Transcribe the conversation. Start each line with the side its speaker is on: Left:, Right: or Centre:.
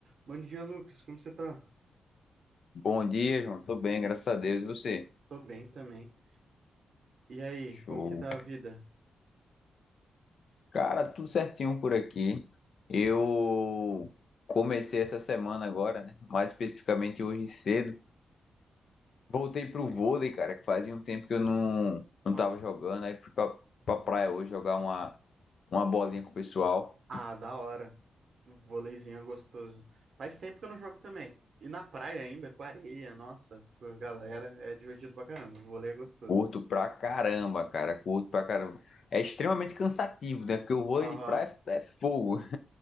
Right: Bom dia, Lucas. Como você tá?
Left: Bom dia, João. Tô bem, graças a Deus. E você?
Right: Tô bem também. E aí,
Left: Show.
Right: como que tá a vida?
Left: Cara, tudo certinho por aqui. Eu comecei essa semana agora, né? Mais especificamente hoje cedo. Voltei pro vôlei, cara, que fazia um tempo que eu não, não
Right: Nossa.
Left: tava jogando. Aí fui pra, pra praia hoje jogar uma, uma bolinha com o pessoal.
Right: Ah, da hora. Um Voleizinho é gostoso. Faz tempo que eu não jogo também. E na praia ainda, com areia, nossa, com a galera, é divertido pra caramba. Vôlei é gostoso.
Left: Curto pra caramba, cara. Curto pra caramba. É extremamente cansativo, né? Porque o vôlei
Right: Aham.
Left: de praia é fogo. <laughs>